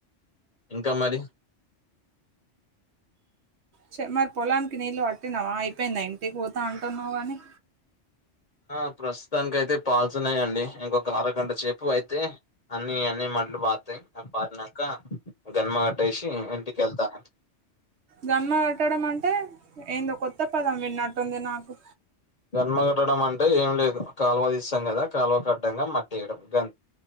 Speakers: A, on the left; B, on the right.
A: ఇంకా మరి
B: చె మరి పొలానికి నీళ్ళు పట్టినావా అయిపోయిందా ఇంటికి పోతా అంటున్నావ్ గని
A: ఆ ప్రస్తుతానికైయితే పాల్తున్నాయండి ఇంకొక అర గంట సేపు అయితే అన్ని అన్ని మ లు పర్తయ్ పారినంక గన్మగట్టేసి ఇంటికెళ్తాను
B: గన్మ కట్టడం అంటే ఏందో కొత్త పదం విన్నట్టుంది నాకు
A: గన్మగట్టడం అంటే ఏం లేదు కాలువ తీస్తాం కదా కాలువకడ్డంగా మట్టిేయడం గ